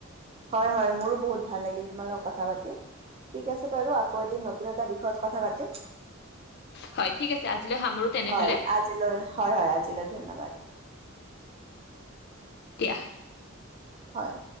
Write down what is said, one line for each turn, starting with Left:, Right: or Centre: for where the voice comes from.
Right: হয় হয় মোৰো বহুত ভাল লাগিল তোমাৰ লগত কথা পাতি। ঠিক আছে বাৰু আকৌ এদিন নতুন এটা বিষয়ত কথা পাতিম।
Left: হয় ঠিক আছে আজিলৈ সামৰো তেনেহলে
Right: হয় আজিলৈ, হয় হয় আজিলৈ ধন্যবাদ। <inaudible>
Left: দিয়া।
Right: হয়।